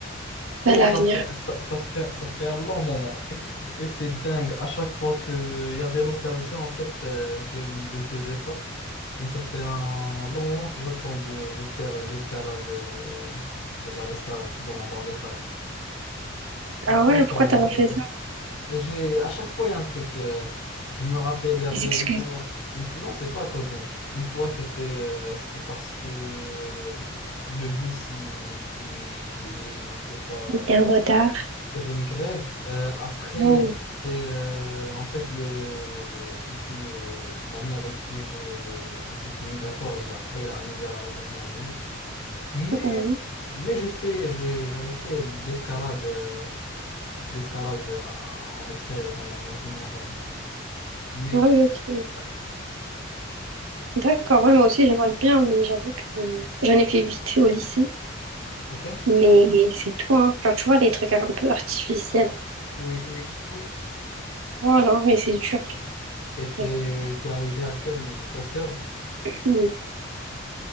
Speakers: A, on the left; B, on the right.
A: Justement,
B: dans l'avenir.
A: ça fait, ça, ça fait, ça fait un long moment. Et c'est dingue. À chaque fois qu'il y avait l'occasion, en fait, euh, je ne le faisais pas. Mais ça fait un long moment que j'attends de, de faire l'escalade, euh, le- bah, l'escalade dans, dans les salles. J'ai
B: Ah
A: pas
B: ouais,
A: encore
B: pourquoi
A: eu
B: t'as
A: l'occasion.
B: pas fait ça?
A: J'ai, à chaque fois, il y a un truc. euh, je me rappelle, il y avait
B: Des excuses.
A: une fois, une fois, non, c'est pas à cause de moi. Une fois, c'était euh, c'était parce que le bus, il, il, il, il il était pas
B: T'es en retard.
A: il y avait une grève. euh, après,
B: Non.
A: c'était euh, en fait le, du coup le l'ami avec qui j'ai, on s'était mis d'accord et après il a annulé à la dernière minute. Mais
B: Mhm.
A: mais j'ai fait, j'ai- j'avais fait de l'escalade, euh, de l'escalade à- en extérieur dans, dans une montagne. Mais
B: Ah
A: qui,
B: oui, ok.
A: ouais,
B: D'accord, ouais, moi aussi j'aimerais bien, mais j'avoue que j'en ai fait vite fait au lycée.
A: ok.
B: Mais c'est tout, hein. Genre, tu vois, les trucs un peu artificiels.
A: Oui, oui, oui.
B: Voilà, mais c'est dur.
A: Et t'es,
B: c'est vrai.
A: t'es arrivé à quelle hauteur?
B: Hmm.